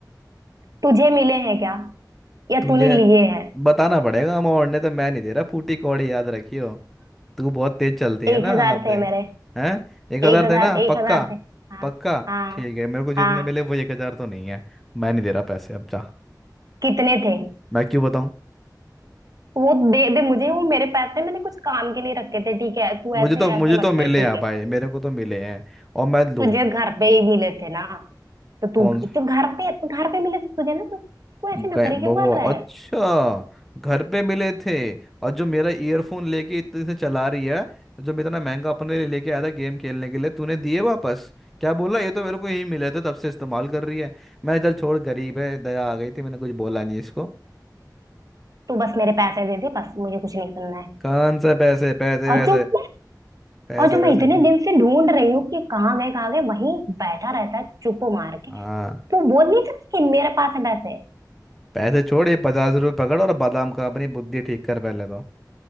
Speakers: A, on the right (about 55°); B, in the centre.
A: तुझे मिले हैं क्या या
B: तुझे
A: तूने लिए हैं
B: बताना पड़ेगा अमाउंट ने तो मैं नहीं दे रहा फूटी कौड़ी याद रखियो तू बहुत तेज चलती
A: एक
B: है ना
A: हजार
B: आप
A: थे
B: देख
A: मेरे
B: हैं एक
A: एक
B: हजार
A: हजार
B: देना
A: एक
B: पक्का
A: हजार थे हाँ
B: पक्का
A: हाँ
B: ठीक है मेरे को जितने
A: हाँ
B: मिले वो एक हजार तो नहीं है मैं नहीं दे रहा पैसे अब जा
A: कितने थे
B: मैं क्यों बताऊं
A: वो दे दे मुझे वो मेरे पैसे मैंने कुछ काम के लिए रखे थे ठीक है तू
B: मुझे
A: ऐसे
B: तो मुझे
A: ऐसे मत
B: तो मिले
A: कर ठीक
B: हैं
A: है
B: भाई मेरे को तो मिले हैं और मैं लूंगा
A: तुझे
B: नहीं
A: घर
B: वापस
A: पे ही मिले थे ना तो तू
B: कौन
A: तो घर पे तो घर पे मिले थे तुझे ना तो तू ऐसे
B: हम
A: ना
B: कहे-
A: करे क्यों
B: वो
A: कर रहा है
B: अच्छा घर पे मिले थे और जो मेरा ईयरफोन लेके इतने से चला रही है जो मैं इतना महंगा अपने लिए लेके आया था गेम खेलने के लिए तूने दिए वापस क्या बोला ये तो मेरे को यही मिले थे तब से इस्तेमाल कर रही है मैं चल छोड़ गरीब है दया आ गई थी मैंने कुछ बोला नहीं इसको
A: तू बस मेरे पैसे दे दे बस मुझे कुछ नहीं सुनना है
B: कौन से पैसे पैसे
A: और
B: वैसे
A: जो मैं
B: पैसे
A: और जो मैं
B: वैसे
A: इतने
B: नहीं
A: दिन
B: है।
A: से ढूंढ रही हूँ कि कहाँ गए कहाँ गए वहीं बैठा रहता है चुप मार के
B: हाँ
A: तू बोल नहीं सकती कि मेरे पास है पैसे
B: पैसे छोड़ ये पचास रुपये पकड़ और बादाम खा अपनी बुद्धि ठीक कर पहले तो